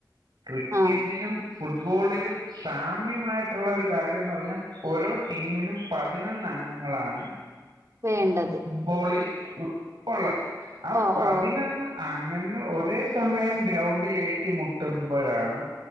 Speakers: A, on the right; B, on the right.
A: ക്രിക്കറ്റിലും
B: ആ
A: ഫുട്ബോളിലും സാമ്യമായിട്ടുള്ള ഒര് കാര്യംന്ന് പറഞ്ഞാ ഓരോ ടീമിലും പതിനൊന്ന അംഗങ്ങളാണ്
B: വേണ്ടത്.
A: ബോളിൽ ഇപ്പള്ളത് ആ
B: ഓ
A: പ
B: ഓ
A: ന്തിന് അംഗങ്ങൾ ഒരേ സമയം ഗ്രൗണ്ടിൽ ഏറ്റു മുട്ടുമ്പഴാണ്